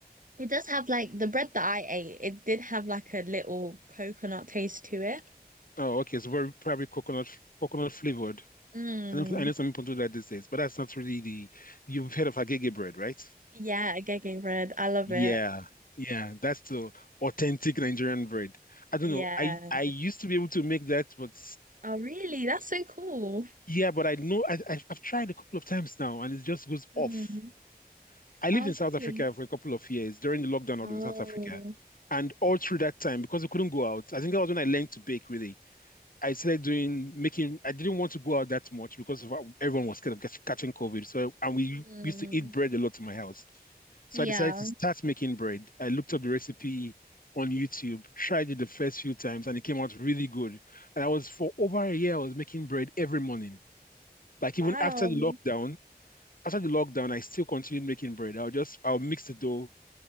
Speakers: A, on the right; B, on the left.
A: it does have like the bread that I ate. It did have like a little coconut taste to it.
B: Oh, okay, it's very probably coconut coconut flavored.
A: Mm,
B: I do I know some people do that these days, but that's not really the. You've heard of agege bread, right?
A: yeah, agege bread. I love
B: Yeah,
A: it.
B: yeah, that's the authentic Nigerian bread. I don't
A: Yeah.
B: know. I I used to be able to make that, but
A: Oh, really? That's so cool.
B: yeah, but I know I, I I've tried a couple of times now, and it just goes
A: Mm.
B: off. I lived
A: Oh,
B: in South Africa
A: really?
B: for a couple of years during the lockdown out
A: Oh.
B: in South Africa, and all through that time because we couldn't go out. I think that was when I learned to bake really. I started doing making. I didn't want to go out that much because of how everyone was kind of catching COVID. So and we
A: Mm,
B: used to eat bread a lot in my house. So
A: yeah.
B: I decided to start making bread. I looked up the recipe on YouTube, tried it the first few times, and it came out really good. And I was for over a year, I was making bread every morning. Like
A: Wow.
B: even after the lockdown, after the lockdown, I still continued making bread. I'll just I'll mix the dough,